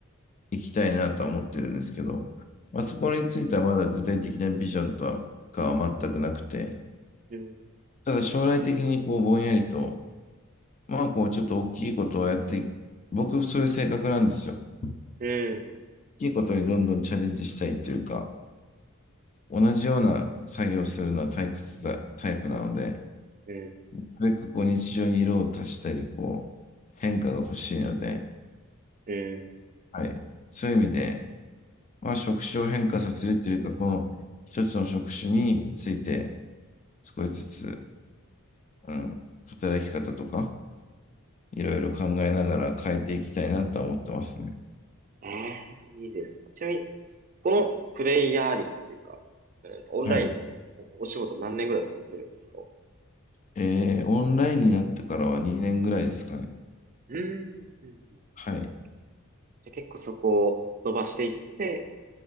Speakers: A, on the left (about 35°); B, on the right (about 40°).
A: いきたいなとは思ってるんですけど、まあ、そこについてはまだ具体的なビジョンとはかは全くなくて、
B: うん、
A: ただ将来的にこうぼんやりと、まあこうちょっと大きいことをやって、僕そういう性格なんですよ。大
B: うん、
A: きいことにどんどんチャレンジしたいというか、同じような作業をするのは退屈だタイプなので、
B: うん、
A: なるべくこう日常に色を足したり、こう変化が欲しいので、
B: うん。
A: はい。そういう意味で、まあ職種を変化させるというか、この一つの職種について少しずつ、うん、働き方とか、いろいろ考えながら変えていきたいなとは思ってますね。
B: ええ、いいですね。ちなみに、このプレイヤー歴というか、えーとオンラインの
A: はい。
B: お仕事何年ぐらいされてるんですか
A: えー、オンラインになってからは2年ぐらいですかね。
B: うん、うん、うんうん。
A: はい。
B: じゃあ結構そこを伸ばしていって、